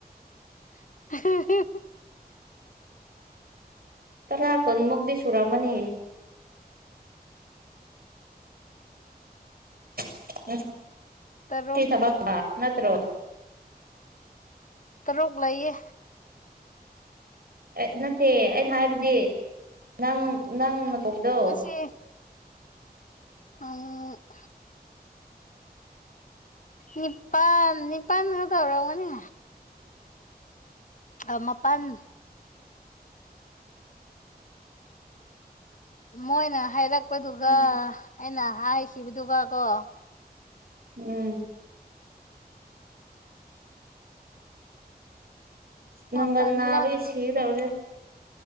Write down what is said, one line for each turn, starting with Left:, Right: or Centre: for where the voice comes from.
Left: <unintelligible>
Right: ꯇꯔꯥ ꯀꯨꯟꯃꯨꯛꯇꯤ ꯁꯨꯔꯝꯃꯅꯤ <unintelligible>
Left: ꯇꯔꯨꯛ
Right: ꯅꯠꯇ꯭ꯔꯣ
Left: ꯇꯔꯨꯛ ꯂꯩꯌꯦ
Right: ꯑꯦ ꯅꯠꯇꯦ ꯑꯩꯅ ꯍꯥꯏꯕꯗꯤ ꯅꯪ ꯅꯪꯅ ꯀꯧꯕꯗꯣ
Left: ꯉꯁꯤ <unintelligible> ꯅꯤꯄꯥꯟ ꯅꯤꯄꯥꯟ ꯍꯥꯏꯕ ꯑꯣꯏꯔꯝꯒꯅꯤ ꯑꯥ ꯃꯥꯄꯟ ꯃꯣꯏꯅ ꯍꯥꯏꯔꯛꯄꯗꯨꯒ
Right: ꯎꯝ
Left: ꯑꯩꯅ ꯍꯥꯏꯈꯤꯕꯗꯨꯒ ꯀꯣ
Right: ꯎꯝ
Left: ꯃꯥꯄꯜꯂꯛ
Right: ꯅꯨꯡꯒꯟ ꯅꯥꯕꯒꯤ ꯁꯤꯒꯗꯧꯔꯦ